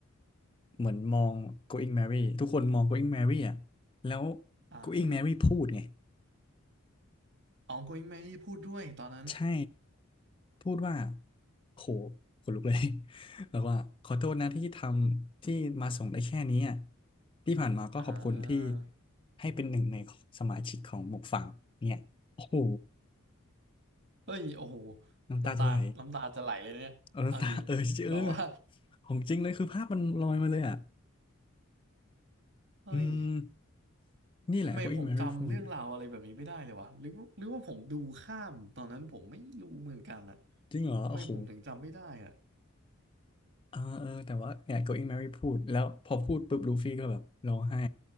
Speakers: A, on the left; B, on the right.
A: เหมือนมอง Going Merry ทุกคนมอง Going Merry อ่ะแล้ว
B: อ่า
A: Going Merry พูดไง
B: อ๋อ Going Man ที่พูดด้วยตอนนั้น
A: ใช่ พูดว่า โหขนลุกเลย <laughs> แล้วว่าขอโทษนะที่ทำที่มาส่งได้แค่นี้อ่ะ ที่ผ่านมาก็ขอบคุณที่
B: อ่า
A: ให้เป็นหนึ่งในสมาชิกของหมวกฝั่งเนี่ยโอ้โห
B: เฮ้ยโอ้โห
A: น้ำตาจะไหล
B: น้ำตาน้ำตาจะไหลเลยเนี่ยเอาจริงคือแบบว่า
A: เออน้ำตาเออเออ ของจริงเลยคือภาพมันลอยมาเลยอ่ะ
B: เฮ้ย
A: อืม นี่แหละ
B: ทำไมผมจำเรื่องราวอะไรแบบนี้ไม่ได้เลยวะหรือหรือว่าผมดูข้ามตอนนั้นผมไม่รู้เหมือนกันนะ
A: Going Merry พูดจริงเหรอโอ้โห
B: ทำไมผมถึงจำไม่ได้อะ
A: อ่าเออแต่ว่าเนี่ย Going Merry พูดแล้วพอพูดปุ๊บลูฟี่ก็แบบร้องไห้